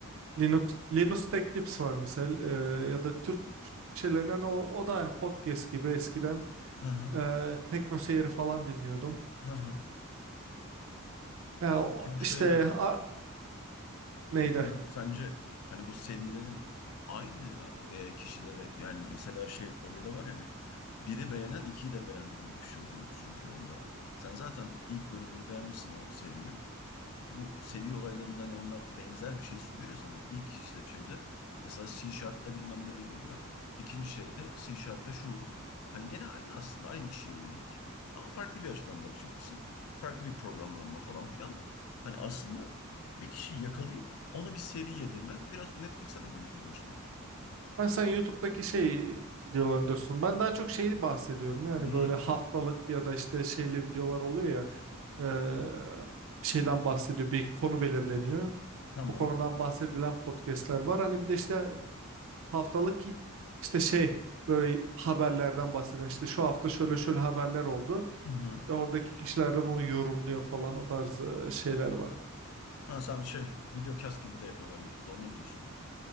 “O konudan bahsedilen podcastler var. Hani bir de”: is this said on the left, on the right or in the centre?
Right